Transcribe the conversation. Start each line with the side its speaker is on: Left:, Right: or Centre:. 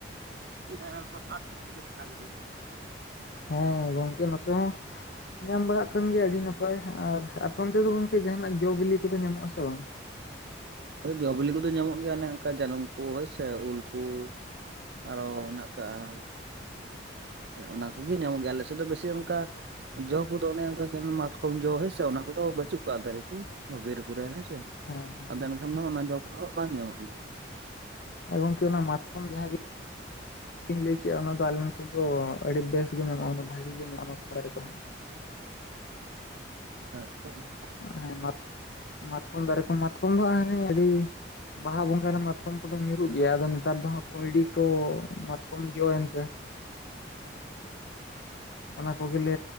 Right: <unintelligible>
Left: ᱦᱮᱸ ᱜᱚᱝᱠᱮ ᱱᱚᱛᱮ ᱦᱚᱸ ᱧᱟᱢ ᱵᱟᱲᱟᱜ ᱠᱟᱱ ᱜᱮᱭᱟ ᱟᱹᱰᱤ ᱱᱟᱯᱟᱭ, ᱟᱨ ᱟᱯᱮ ᱚᱱᱛᱮ ᱫᱚ ᱜᱚᱝᱠᱮ ᱡᱟᱦᱟᱱᱟᱜ ᱡᱚ ᱵᱤᱞᱤ ᱠᱚᱫᱚ ᱧᱟᱢᱚᱜ ᱟᱥᱮ ᱵᱟᱝ?
Right: ᱦᱳᱭ ᱡᱚ ᱵᱤᱞᱤ ᱠᱚᱫᱚ ᱧᱟᱢᱚᱜ ᱜᱮᱭᱟ, ᱦᱟᱱᱮ ᱚᱝᱠᱟ ᱡᱟᱹᱱᱢ ᱠᱩ ᱦᱳᱭᱥᱮ ᱩᱞᱠᱩ, ᱟᱨᱚ ᱦᱮᱱᱟᱜ ᱠᱟᱜᱼᱟ ᱾ ᱚᱱᱟ ᱠᱚᱜᱮ ᱧᱟᱢᱚᱜ ᱜᱮᱭᱟ, ᱟᱞᱮ ᱥᱮᱫ ᱫᱚ ᱵᱮᱥᱤ ᱚᱝᱠᱟ ᱡᱚ ᱠᱚᱫᱚ ᱚᱱᱮ ᱚᱝᱠᱟ ᱡᱮᱢᱚᱱ ᱢᱟᱛᱠᱚᱢ ᱡᱚ ᱦᱳᱭ ᱥᱮ ᱚᱱᱟ ᱠᱚᱫᱚ ᱵᱟᱹᱪᱩᱜ ᱠᱚᱜᱼᱟ ᱫᱟᱨᱮ ᱠᱩ ᱾ ᱵᱤᱨ ᱠᱚᱨᱮ ᱦᱳᱭ ᱥᱮ ᱾
Left: ᱦᱮᱸ, ᱦᱮᱸ ᱾
Right: ᱟᱫᱚ ᱮᱱᱠᱷᱟᱱ ᱫᱚ ᱚᱱᱟ ᱡᱚ ᱠᱚᱫᱚ ᱦᱟᱜ ᱵᱟᱝ ᱧᱟᱢᱚᱜ ᱜᱮᱭᱟ ᱾
Left: ᱮ ᱜᱚᱝᱠᱮ ᱚᱱᱟ ᱢᱟᱛᱠᱚᱢ ᱡᱟᱦᱟᱸ ᱵᱤᱱ ᱞᱮᱭ ᱠᱮᱜᱼᱟ ᱚᱱᱟ ᱫᱚ ᱟᱞᱮ ᱱᱚᱛᱮ ᱫᱚ ᱟᱹᱰᱤ ᱵᱮᱥ ᱜᱮ ᱧᱟᱢᱚᱜᱼᱟ ᱚᱱᱟ ᱵᱷᱟᱜᱤ ᱜᱮ ᱢᱮᱱᱟᱜᱼᱟ ᱢᱟᱛᱽᱠᱚᱢ ᱫᱟᱨᱮ ᱠᱚᱦᱚᱸ ᱾
Right: ᱟᱪᱪᱷᱟ, ᱟᱪᱪᱷᱟ ᱾
Left: ᱦᱮᱸ ᱢᱟᱛ-ᱢᱟᱛᱠᱚᱢ ᱫᱟᱨᱚᱠᱚᱢ ᱢᱟᱛᱠᱚᱢ ᱫᱚ ᱦᱟᱱᱮ ᱟᱹᱰᱤ ᱵᱟᱦᱟ ᱵᱚᱸᱜᱟ ᱨᱮ ᱢᱟᱛᱠᱚᱢ ᱠᱚᱫᱚ ᱧᱩᱨᱩᱜ ᱜᱮᱭᱟ, ᱟᱫᱚ ᱱᱮᱛᱟᱨ ᱫᱚ ᱦᱟᱜ ᱠᱩᱸᱭᱰᱤ ᱠᱚ ᱢᱟᱛᱠᱚᱢ ᱡᱚ ᱮᱱᱛᱮ ᱚᱱᱟ ᱠᱚᱜᱮᱞᱮ